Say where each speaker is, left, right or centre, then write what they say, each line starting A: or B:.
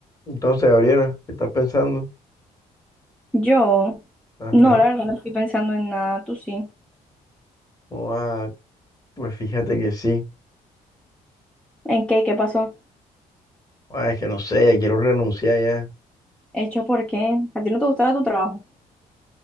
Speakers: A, on the left; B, in the centre.
A: Entonces, Gabriela, ¿qué estás pensando?
B: Yo,
A: Ajá.
B: no, la verdad no Sí. estoy pensando en nada, tú sí.
A: Ua, pues fíjate que sí.
B: ¿En qué? ¿Qué pasó?
A: Ua, es que no sé, ya quiero renunciar ya.
B: ¿Hecho por qué? ¿A ti no te gustaba tu trabajo?